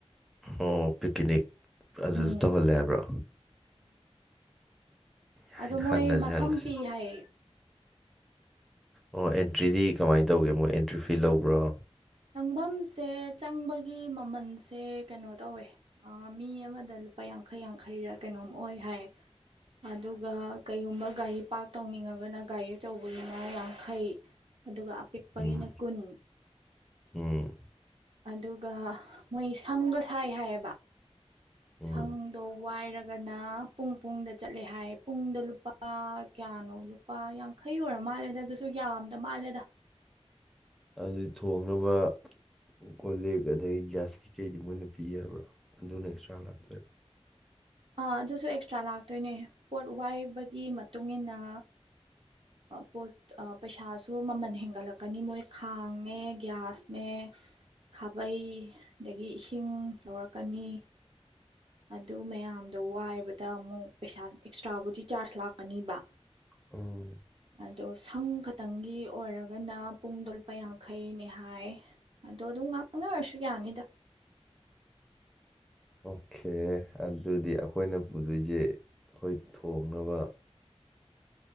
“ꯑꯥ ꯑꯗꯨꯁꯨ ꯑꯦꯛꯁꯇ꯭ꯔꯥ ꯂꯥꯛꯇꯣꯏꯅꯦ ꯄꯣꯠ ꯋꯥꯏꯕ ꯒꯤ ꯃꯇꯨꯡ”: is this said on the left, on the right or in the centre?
Right